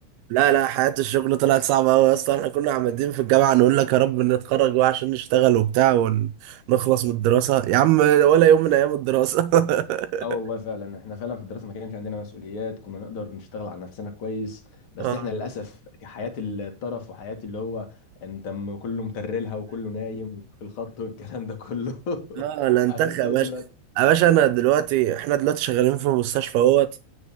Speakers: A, on the right; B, on the left.
A: لا لا حياه الشغل طلعت صعبه قوي اصلا احنا كنا عمالين في الجامعه نقول لك يا رب نتخرج بقى عشان نشتغل وبتاع ونخلص من الدراسه يا عم ولا يوم من ايام الدراسه
B: اه والله
A: <laughs>
B: فعلا احنا فعلا في الدراسه ما كانش عندنا مسؤوليات كنا نقدر نشتغل على نفسنا كويس بس
A: اه
B: احنا للاسف حياه الطرف وحياه اللي هو انت م- كله مترلها وكله نايم وفي الخط والكلام ده كله <laughs>
A: اه لا انتخ
B: عشان
A: يا
B: كده
A: باشا
B: دلوقتي
A: يا باشا انا دلوقتي احنا دلوقتي شغالين في مستشفى اهوت